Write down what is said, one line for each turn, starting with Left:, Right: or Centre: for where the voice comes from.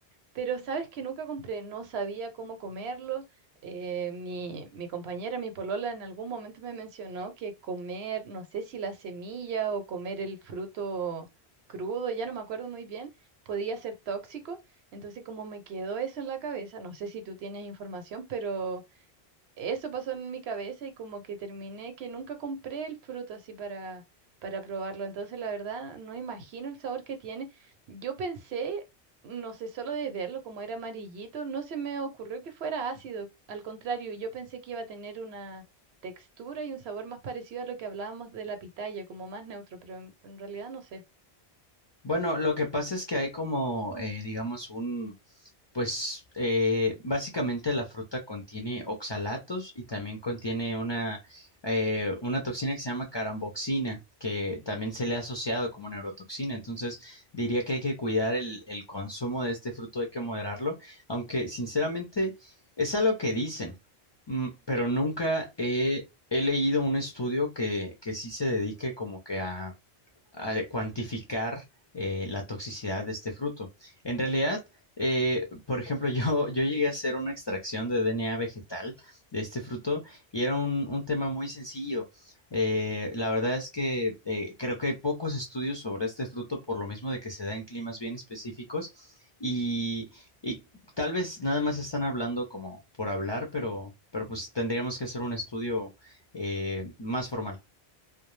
Right: Pero sabes que nunca compré, no sabía cómo comerlo. Eh, mi, mi compañera, mi polola, en algún momento me mencionó que comer, no sé si la semilla o comer el fruto crudo, ya no me acuerdo muy bien, podía ser tóxico. Entonces, como me quedó eso en la cabeza, no sé si tú tienes información, pero eso pasó en mi cabeza y como que terminé que nunca compré el fruto así para, para probarlo. Entonces, la verdad, no imagino el sabor que tiene. Yo pensé, no sé, solo de verlo, como era amarillito, no se me ocurrió que fuera ácido. Al contrario, yo pensé que iba a tener una textura y un sabor más parecido a lo que hablábamos de la pitaya, como más neutro, pero en, en realidad no sé.
Left: Bueno, lo que pasa es que hay como, eh, digamos, un, Pues eh, básicamente la fruta contiene oxalatos y también contiene una, eh, una toxina que se llama caramboxina, que también se le ha asociado como neurotoxina. Entonces diría que hay que cuidar el, el consumo de este fruto, hay que moderarlo, aunque sinceramente es algo que dicen, mm, pero nunca he, he leído un estudio que, que sí se dedique como que a, a cuantificar eh, la toxicidad de este fruto. En realidad... Eh, por ejemplo, <laughs> yo, yo llegué a hacer una extracción de DNA vegetal de este fruto y era un, un tema muy sencillo. Eh, la verdad es que eh, creo que hay pocos estudios sobre este fruto por lo mismo de que se da en climas bien específicos y, y tal vez nada más están hablando como por hablar, pero, pero pues tendríamos que hacer un estudio eh, más formal.